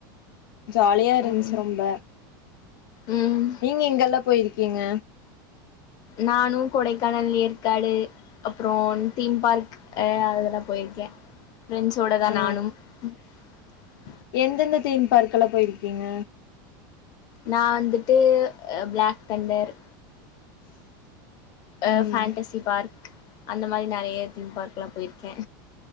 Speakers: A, on the left; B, on the left.
A: ஜாலியா இருந்துச்சு
B: ம்
A: ரொம்ப
B: ம்
A: நீங்க எங்கெல்லா போயிருக்கீங்க
B: நானும் கொடைக்கானல் ஏற்காடு அப்புறம் தீம் பார்க் அதெல்லாம் போயிருக்கேன் பிரரெண்ட்ஸோட தான்
A: ஆ
B: நானும் <inaudible>
A: எந்தெந்த தீன் பார்க்க எல போயிருக்கீங்க
B: நா வந்துட்டு ப்ளாக் தண்டர் அ
A: ம்
B: ஃபேன்டசி பார்க் அந்த மாரி நெறயா தீம் பார்க்ல்லாம் போயிருக்கே